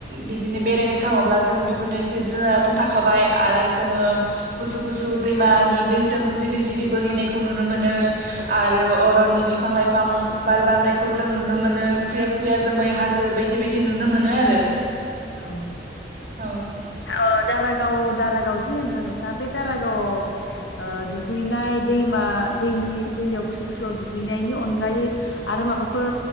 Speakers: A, on the right (about 50°); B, on the left (about 80°).
A: बिदिनो बेरायनो थाङोब्ला जोङो बेफोरनो जिब जुनाराथ' थाखाबाय आरो
B: औ
A: जोङो गुसु गुसु दैमानि दैजों जिरि जिरि बोहैनायखौ नुनो मो नो
B: औ ओ
A: आरो अरननि बि फां लाइफां बार बारनायखौ जों नुनो मोनो खुइया खुइया जोमै हाजो बायदि बायदि नुनो मोनो आरो।
B: अ ओ
A: औ
B: अ दारागाव दारागाव जि होनदों नोंथाङा बे दारागावाव ओ दुगैनाय दैमा दैनि दैयाव गुसु गुसुआव दुगैनायनि अनगायै आरो माबाफोर